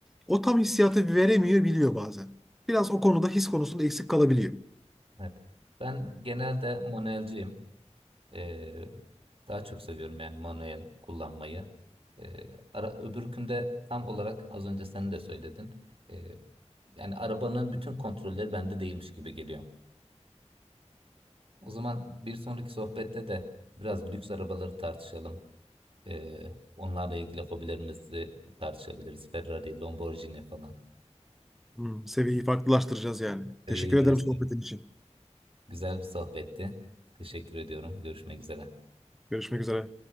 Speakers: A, in the centre; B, on the right.
A: o tam hissiyatı veremiyor biliyor bazen. Biraz o konuda his konusunda eksik kalabiliyor.
B: Evet. Ben genelde manuelciyim. Ee, daha çok seviyorum yani manuel kullanmayı. Ee, ara, öbürkünde tam olarak az önce sen de söyledin. Ee, yani arabanın bütün kontrolleri bende değilmiş gibi geliyor. O zaman bir sonraki sohbette de biraz lüks arabaları tartışalım. Ee, onlarla ilgili hobilerimizi tartışabiliriz. Ferrari, Lamborghini falan.
A: Hmm, seviyeyi farklılaştıracağız yani.
B: Seviyeyi
A: Teşekkür ederim
B: değiştirelim.
A: sohbetin için.
B: Güzel bir sohbetti. Teşekkür ediyorum. Görüşmek üzere.
A: Görüşmek üzere.